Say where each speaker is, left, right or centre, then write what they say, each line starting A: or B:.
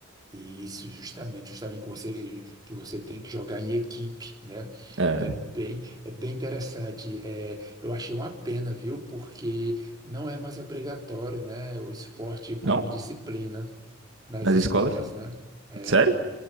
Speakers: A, on the right; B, on the right.
A: isso, justamente, justamente que você que você tem que jogar em equipe, né?
B: É.
A: É bem é bem interessante. É, eu achei uma pena, viu? Porque não é mais obrigatório, né, o esporte como
B: Não?
A: disciplina nas
B: Nas
A: escolas,
B: escolas?
A: né? É.
B: Sério?